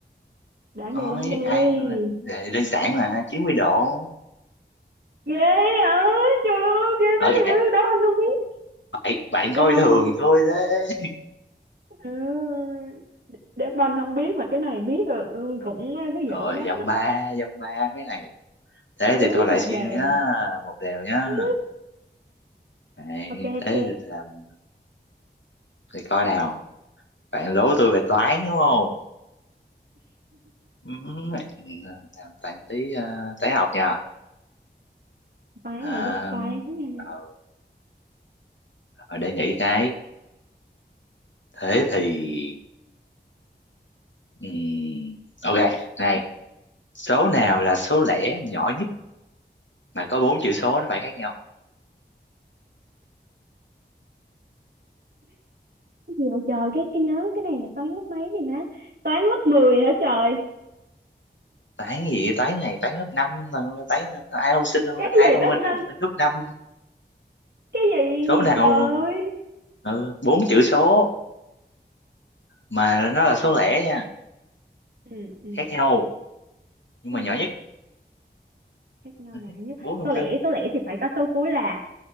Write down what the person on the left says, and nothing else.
thôi
ai ờ, đơn giản mà chín mươi độ
Rồi
bạn bạn
coi
thường
thôi đấy
rồi
dăm ba dăm ba mấy này
thế thì tôi lại
xin
nhá một đều nhá
Đấy,
thế
thì làm thì coi nào bạn đố tôi về toán đúng không ừ, làm toán tí ờ, toán học nha
à,
ờ, rồi để nghĩ cái thế thì ừm, ok này số nào là số lẻ nhỏ nhất mà có bốn chữ số nó phải khác nhau
toán gì vậy? toán này toán lớp năm toán ai không sinh
ai
thông
minh
không sinh lớp năm
số nào
ừ bốn chữ số mà nó là số
lẻ nha
khác nhau nhưng
mà nhỏ nhất <laughs>
Đấy,
bốn thông
tin